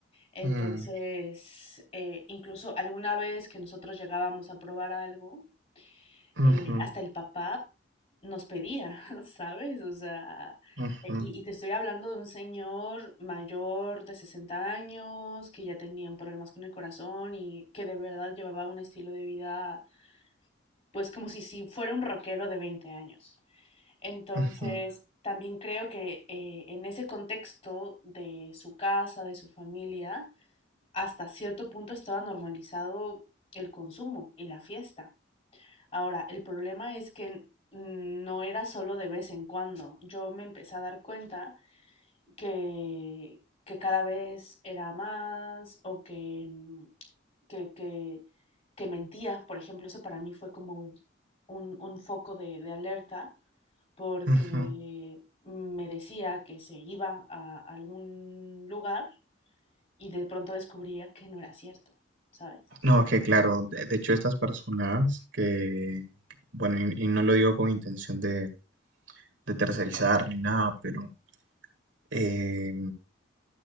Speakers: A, on the left (about 30°); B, on the right (about 75°).
A: Entonces,
B: Mm,
A: eh, incluso alguna vez que nosotros llegábamos a probar algo,
B: ujú,
A: eh, hasta el papá nos pedía, <laughs> ¿sabes? O sea,
B: ujú,
A: e- y, y te estoy hablando de un señor mayor de 60 años que ya tenía un problemas con el corazón y que de verdad llevaba un estilo de vida, pues como si, si fuera un rockero de 20 años. Entonces,
B: ujú,
A: también creo que eh, en ese contexto de su casa, de su familia, hasta cierto punto estaba normalizado el consumo y la fiesta. Ahora, el problema es que no era solo de vez en cuando. Yo me empecé a dar cuenta que, que cada vez era más o que, mm, que, que, que mentía. Por ejemplo, eso para mí fue como un, un- un foco de de alerta porque
B: ujú.
A: me decía que se iba a algún lugar y de pronto descubría que no era cierto, ¿sabes?
B: No, que claro, de, de hecho estas personas que, bueno, y, y no lo digo con intención de, de tercerizar ni nada, pero eh,